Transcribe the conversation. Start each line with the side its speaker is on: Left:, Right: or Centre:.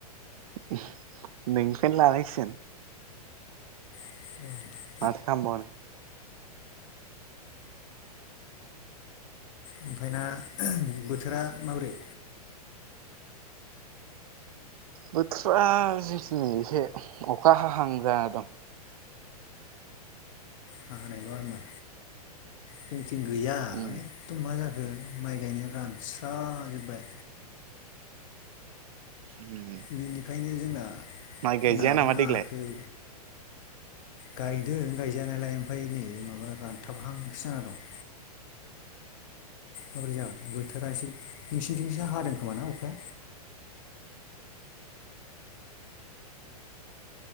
Right: नोंनिफ्रायनो लानांसिगोन।
Left: <unintelligible>
Right: माथो खामबावनो।
Left: ओमफ्राय ना बोथोरा माबोरै?
Right: बोथोरा जोंनिथिंनि एसे अखा हाहां जाना दं।
Left: हाखानायल' आरोना जोंथिं गैया
Right: उम
Left: है एकदम मा जाखो माइ गायनायानो रानस्राजोब्बाय।
Right: उम
Left: बेनिखायनो जोंना
Right: माइ गायजाया
Left: नाबो
Right: नामा
Left: नाङाखै।
Right: देग्लाय
Left: गायदों गायजानायालाय ओमफ्राय नै माबा रानथाबहांसो जाना दं। माबोरै जागोन बोथोरा एसे नोंसिनिथिंसो हादों खोमाना अखाया?